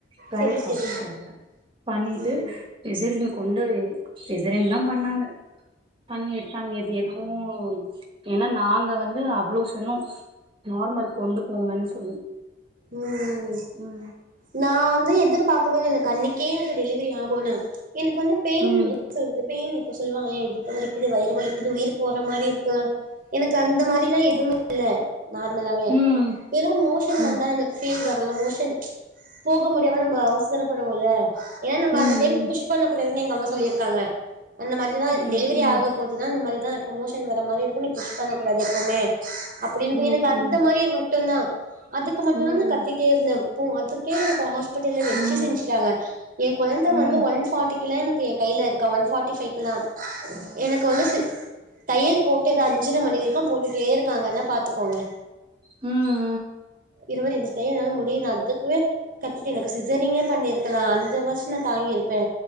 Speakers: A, on the right (about 25°); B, on the right (about 45°).
A: ப்ரைவேட்
B: செரி
A: ஹாஸ்பிட்டல்ல
B: செரி
A: பண்ணிட்டு
B: ம்
A: சிசேரியன் கொண்டு சிசேரியன் தா பண்ணாங்க பண்ணி எடுத்தாங்க எது எதோ ஓ ஏனா நாங்க வந்து அவ்ளோ சொன்னோ நார்மல் கொண்டு போங்கன் சொல்லி
B: ம்ம்
A: ம்
B: நா வந்து எதிர்பார்க்கவே இல்ல எனக்கு அன்னைக்கே எனக்கு டெலிவரி ஆகுனு எனக்கு வந்து பெயின்
A: ம்
B: சொல்றதுப்ப நீ இப்ப சொல்லுவாங்களே இடுப்பு வலிக்குது வயிறுலிக்குது உயிர் போற மாரி இருக்கு எனக்கு அந்த மாரிலா எதுவுமே இல்ல நார்மலாவே
A: ம்
B: வெறும் மோஷன்
A: ம்
B: வந் ந்த பீல் வரும்ல மோஷன் போக முடியாம நம்ம அவசரப்படுவோல ஏன் நாம
A: ம்
B: அந்தடைம் புஷ் பண்ணக் கூடாதுன்னு எங்க அம்மா சொல்லியிருக்காங்க அந்த மாதிரிதா
A: ம் ம்
B: டெலிவரி ஆக போக ன இந்த மாரிதா இருக்கு மோஷன் வர மாரி இருக்கு நீ புஷ் பண்ணக்கூடாது எப்பவுமே அப்டினு
A: ம் ம்
B: எனக்கு அந்த மாரியே மட்டுந்தா க்கு மட்டுந்தா
A: ம்
B: நா கத்திட்டே இருந்தே போ அதுக்கே எனக்கு ஹாஸ்பிட்டல்ல வச்சு
A: ம் ம்
B: செஞ்சுட்டாங்க ஏ கொழந்த
A: ம்
B: வந்து ஒன் ஃபாட்டிக்குலா எனக்கு எ கையில இருக்கா ஒன் ஃபாட்டி ஃபைவ்க்குலா எனக்கு வந்து தையல் போட்டது அஞ்சரை மணி வரைக்கு போட்டுட்டே இருக்காங்கன்னா பாத்துக்கோங்க
A: ம்
B: இது வேர தையம்னாலு முடியல அதுக்கு கத்திட்டு எனக்கு சிசரிங்கே பண்ணிருக்லா அந்த வாச்சு நா தாங்கி இருப்பே